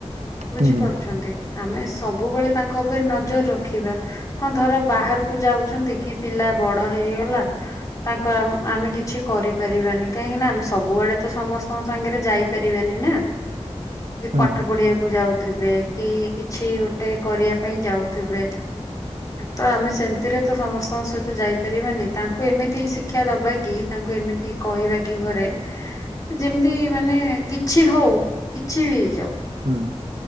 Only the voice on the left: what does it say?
ବୁଝିପାରୁଛନ୍ତି
ଆମେ ସବୁବେଳେ ତାଙ୍କ ଉପରେ ନଜର ରଖିବା। ହଁ ଧର ବାହାରକୁ ଯାଉଛନ୍ତି କି ପିଲା ବଡ ହେଇ ହେଇଗଲା ତାଙ୍କ ଆମ ଆମେ କିଛି କରିପାରିବାନି କାହିଁକି ନା ଆମେ ସବୁଆଡେ ତ ସମସ୍ତଙ୍କ ସାଙ୍ଗରେ ଯାଇପାରିବାନି ନା।
ପାଠ ପଢିବାକୁ ଯାଉ ଥିବେ, କି କିଛି ଗୋଟେ କରିବା ପାଇଁ ଯାଉଥିବେ ତ ଆମେ ସେମିତିରେ ତ ସମସ୍ତଙ୍କ ସହିତ ଯାଇପାରିବାନି, ତାଙ୍କୁ ଏମିତି ଶିକ୍ଷା ଦବା କି ତାଙ୍କୁ ଏମିତି କହିବା କି ଘରେ ଯେମିତି ମାନେ କିଛି ହଉ କିଛି ବି ହେଇଯାଉ